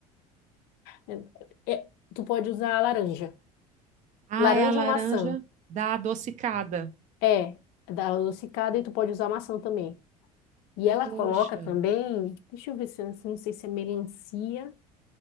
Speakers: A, on the left; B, on the right.
A: É- é- tu pode usar laranja.
B: Ah,
A: Laranja
B: é a laranja
A: ou maçã?
B: da adocicada.
A: É, dá adocicada e tu pode usar maçã também. E ela
B: Poxa.
A: coloca também, deixa eu ver se, não sei se é melancia.